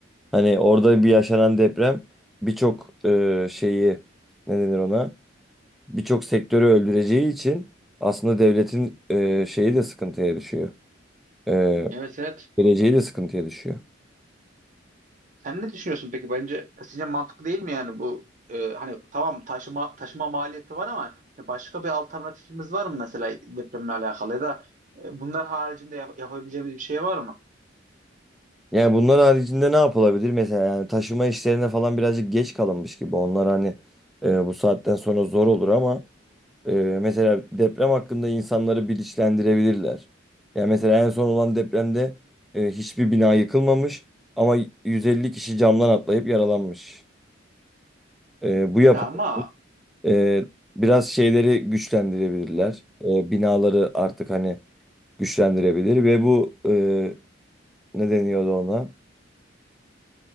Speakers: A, in the centre; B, on the right.
A: Hani orada bir yaşanan deprem birçok e, şeyi ne denir ona? Birçok sektörü öldüreceği için aslında devletin e, şeyi de sıkıntıya düşüyor. E,
B: Evet evet.
A: Geleceği de sıkıntıya düşüyor.
B: Sen ne düşünüyorsun peki? Bence sizce mantıklı değil mi yani bu e, hani tamam taşıma taşıma maliyeti var ama başka bir alternatifimiz var mı mesela depremle alakalı ya da e, bunlar haricinde yap- yapabileceğimiz bir şey var mı?
A: Yani bunlar haricinde ne yapılabilir? Mesela yani taşıma işlerine falan birazcık geç kalınmış gibi. Onlar hani e, bu saatten sonra zor olur ama e, mesela deprem hakkında insanları bilinçlendirebilirler. Yani mesela en son olan depremde e, hiçbir bina yıkılmamış ama 150 kişi camdan atlayıp yaralanmış. E, bu yap
B: Ya ama
A: Ee, biraz şeyleri güçlendirebilirler. Ee, binaları artık hani güçlendirebilir ve bu e, ne deniyordu ona?